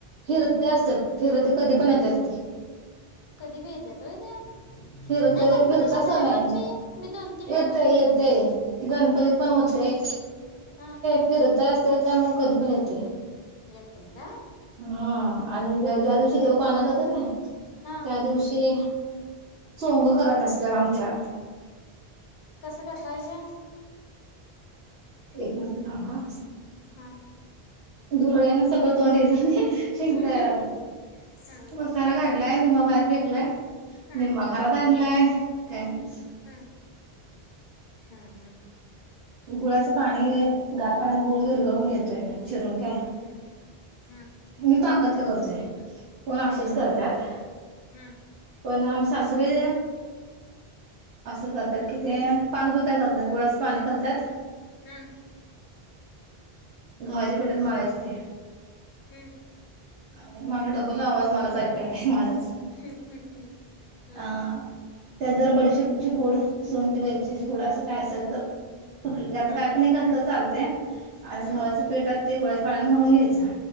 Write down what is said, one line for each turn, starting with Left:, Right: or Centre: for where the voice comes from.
Right: फिरते असतात फिरते कधी पण येतात ते.
Left: कधी भी येत्यात वय ते?
Right: फिरतय
Left: नाही गणपतीच्या
Right: फिरता सण
Left: टायमात
Right: आहे
Left: बी? मी दोन तीन वेळा
Right: येतय
Left: बघितले
Right: येतय
Left: गणपतीचे
Right: गणपतीत
Left: येतय
Right: पण होतंय.
Left: हा.
Right: फिरत असतंय, त्यामुळं कधी पण येतंय.
Left: येतंय काय?
Right: हा आणि त्या ज्या दिवशी देव पाण्याला जातात नाही?
Left: हा
Right: त्या दिवशी चोंग करत असतात आमच्यात.
Left: कसं करत्याय ते?
Right: एक मिनिट थांबा ह.
Left: हां.
Right: धुरळ्यानं सगळं तोंड हे झालयं, शिंका
Left: हा हा
Right: यायला लागल्यात.
Left: हा हा
Right: पसारा काढलाय निम्मा बाहेर फेकलाय,
Left: हा
Right: निम्मा घरात आणलाय, काय नव्हचं.
Left: हम हम हम.
Right: गुळाचं पाणी, गार पाण्यात गुळ विरगळून घेतोय चिरून काय?
Left: हम् हां.
Right: मी पाकातलं करतोय, कोण
Left: हा
Right: असेच
Left: हा
Right: करत्यात.
Left: हा
Right: पण आमच्या सासूबाई असं करतात कि ते, पाक बीक काय करत नाहीत गुळाच पाणी करत्यात
Left: हां.
Right: घवाच्या पिटात मळायचं ते.
Left: हं.
Right: आणि मला डबल आवाज मलाच ऐकू यालाय माझाच,
Left: हं हं हं हां
Right: अ त्यात जरा बडिशेची पूड, सुंट वेलचीची पुडं, असं काय असेल तर कुठ यातल
Left: हां
Right: काय पण एक घातलं चालतय, आणि
Left: हां
Right: गव्हाच पिठात ते गुळाच्या पाण्यान मळून घ्यायच